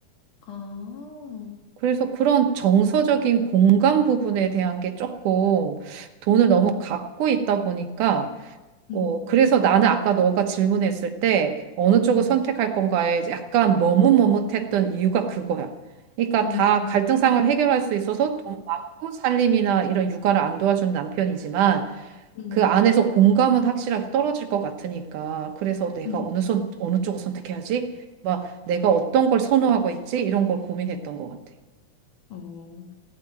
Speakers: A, on the left; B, on the right.
A: 어,
B: 그래서 그런 정서적인 공감 부분에 대한 게 조금 돈을
A: 음,
B: 너무 갖고 있다 보니까
A: 음,
B: 어, 그래서 나는 아까 너가 질문했을 때 어느 쪽을
A: 음,
B: 선택할 건가에 약간 머뭇머뭇했던 이유가 그거야. 그러니까
A: 음,
B: 다 갈등상을 해결할 수 있어서 돈 많고 살림이나 이런 육아를 안 도와준 남편이지만
A: 음,
B: 그 안에서 공감은 확실하게 떨어질 것 같으니까 그래서 내가
A: 음,
B: 어느 손,
A: 음.
B: 어느 쪽을 선택해야지? 막 내가 어떤 걸 선호하고 있지? 이런 걸 고민했던 것 같아.
A: 어.